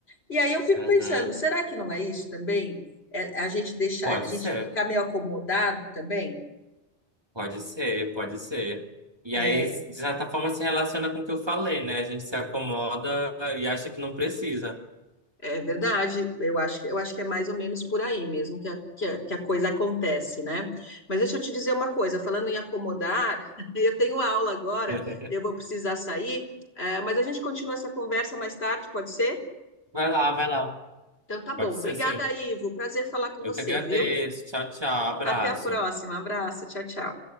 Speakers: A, on the left (about 65°); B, on the right (about 20°).
A: E aí eu fico
B: Aham.
A: pensando, será que não é isso também? É a gente deixar,
B: Pode
A: a gente
B: ser.
A: ficar meio acomodado também?
B: Pode ser, pode ser. E
A: É,
B: aí, de certa forma, se relaciona com o que eu falei, né? A gente se acomoda e acha que não precisa.
A: É verdade, eu acho que, eu acho que é mais ou menos por aí mesmo que a, que a, que a coisa acontece, né? Mas deixa eu te dizer uma coisa, falando em acomodar, <laughs> eu tenho aula agora,
B: <laughs>
A: eu vou precisar sair, eh, mas a gente continua essa conversa mais tarde, pode ser?
B: Vai lá, vai lá.
A: Então tá bom,
B: Pode ser,
A: obrigada,
B: sim.
A: Ivo, prazer falar com
B: Eu
A: você,
B: que agradeço.
A: viu?
B: Tchau, tchau. Abraço.
A: Até a próxima, abraço, tchau, tchau.